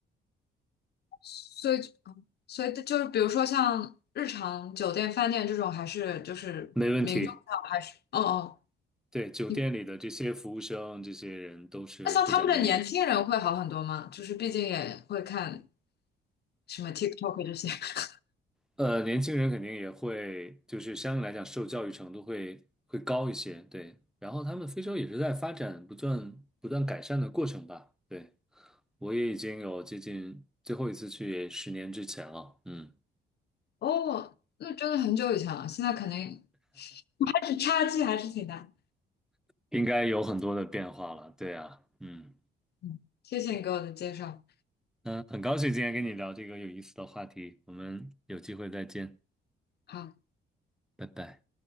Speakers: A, on the left; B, in the centre.
A: 所以嗯所以就是比如说像日常酒店、饭店这种，还是就是民众上还是哦哦，
B: 没问题。对，酒店里的这些服务生，
A: 你
B: 这些人都是会讲英语。
A: 那像他们的年轻人会好很多吗？就是毕竟也会看什么 TikTok 这些。<laughs>
B: 呃，年轻人肯定也会，就是相对来讲受教育程度会会高一些，对。然后他们非洲也是在发展不断不断改善的过程吧，对。我也已经有接近最后一次去也十年之前了，嗯，
A: 哦，那真的很久以前了，现在肯定还是差距还是挺大。
B: 应该有很多的变化了，对啊，嗯
A: 嗯，谢谢你给我的介绍。
B: 嗯，很高兴今天跟你聊这个有意思的话题，我们有机会再见，
A: 好。
B: 拜拜。